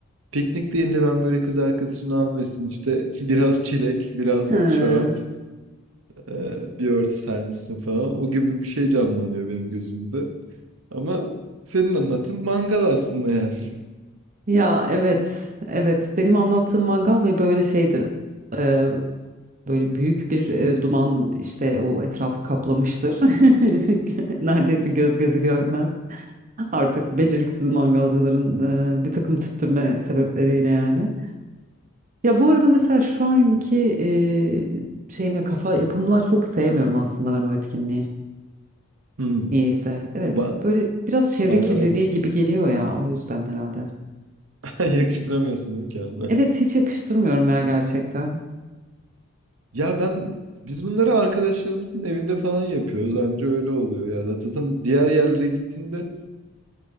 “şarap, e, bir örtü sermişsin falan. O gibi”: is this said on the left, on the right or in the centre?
Right